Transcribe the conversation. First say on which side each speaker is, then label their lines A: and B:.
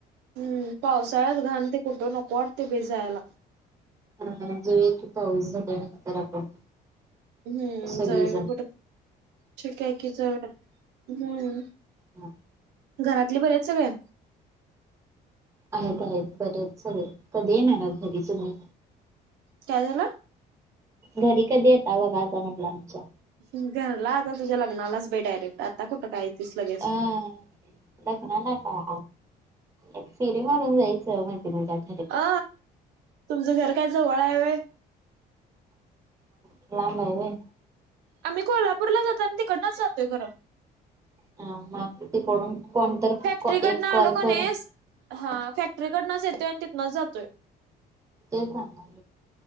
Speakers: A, on the right (about 80°); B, on the right (about 20°).
A: हम् पावसाळ्यात घाणते कुठं नको वाटते बेजायला.
B: हा जय त पा होऊंतर आपण.
A: हम्म
B: सगळीजण.
A: जळ कुठं िकय कि जळ हम्म
B: हम्
A: घरातले बरेच सगळे.
B: आहेत आहेत. बरच लेल कधी येणार घरी तुम्ही!
A: काय झाला!
B: घरी कधी येतता बघा आता म्हटलं आमच्या!
A: घरला आता तुझ्या लग्नालाच भे डायरेक्ट आता कुठं काय तस लगेच.
B: अं लग्नाला काय अस फेरी मारून जायचं माहिती तुझ्याक!
A: अ तुमचं घर काय जवळ आहे व.
B: ला बाहिले.
A: आम्ही कोल्हापूरला जातो आणि तिकडनच जातोयर.
B: ह मग तिकडून कोणत
A: फॅक्टरीकडनं
B: एक
A: आलो
B: कॉल
A: का
B: कर.
A: नाही हा फॅक्टरीकडनंच येतोय आणि तिनंच जातोय.
B: ते सग.